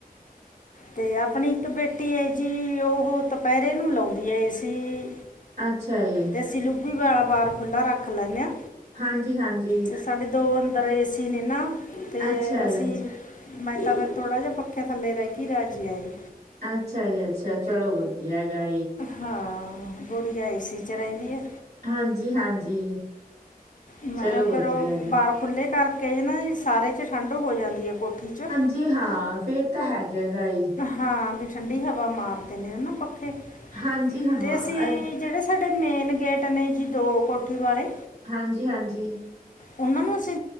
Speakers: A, on the left (about 55°); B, on the right (about 85°).
A: ਤੇ ਆਪਣੀ ਇੱਕ ਬੇਟੀ ਏ ਜੀ ਉਹ ਦੁਪਹਿਰੇ ਨੂੰ ਲਾਉਂਦੀ ਆ, ਏ ਸੀ।
B: ਅੱਛਾ ਜੀ।
A: ਦੇਸੀ ਲੋਬੀ ਵਾਲਾ ਬਾਰ, ਖੁੱਲ੍ਹਾ ਰੱਖ ਲੈਦੇ ਹਾਂ।
B: ਹਾਂਜੀ, ਹਾਂਜੀ।
A: ਤੇ ਸਾਡੇ ਦੋ, ਅੰਦਰ ਏਸੀ ਨੇ ਨਾ ਤੇ
B: ਅੱਛਾ
A: ਅਸੀਂ
B: ਜੀ।
A: ਮੈਂ ਤਾਂ ਫਿਰ, ਥੋੜ੍ਹਾ ਜਿਹਾ ਪੱਖੇ ਥੱਲੇ ਰਹਿ ਕੇ ਰਾਹਿ ਜੀ ਆਏ।
B: ਅੱਛਾ ਜੀ, ਅੱਛਾ ਚਲੋ ਵਧੀਆ ਹੈਗਾ।
A: ਹਾਂ, ਗੁੜੀਆ ਏ ਸੀ ਚ ਰੇਂਦੀ ਹੈ।
B: ਹਾਂਜੀ, ਹਾਂਜੀ।
A: ਮੈਂ,
B: ਚਲੋ ਵਧੀਆ
A: ਫਿਰ ਉਹ
B: ਹੈਗਾ
A: ਬਾਹਰ ਖੁੱਲ੍ਹੇ ਕਰਕੇ ਨਾ ਸਾਰੇ 'ਚ ਠੰਡ ਹੋ ਜਾਂਦੀ ਹੈ ਕੋਠੀ 'ਚ।
B: ਜੀ ਹਾਂ, ਫੇਰ ਤਾਂ ਹੈਗਾ ਗਾਲ।
A: ਹਾਂ, ਵੀ ਠੰਡੀ ਹਵਾ ਮਾਰਦੇ ਨੇ ਨਾ ਪੱਖੇ
B: ਹਾਂਜੀ ਹਾਂ
A: ਤੇ ਅਸੀਂ
B: ਅ
A: ਜਿਹੜੇ? ਸਾਡੇ ਮੇਨ ਗੇਟ ਨੇ ਜੀ, ਦੋ ਕੋਠੀ ਵਾਲੇ।
B: ਹਾਂਜੀ, ਹਾਂਜੀ।
A: ਉਹਨਾਂ ਨੂੰ ਅਸੀਂ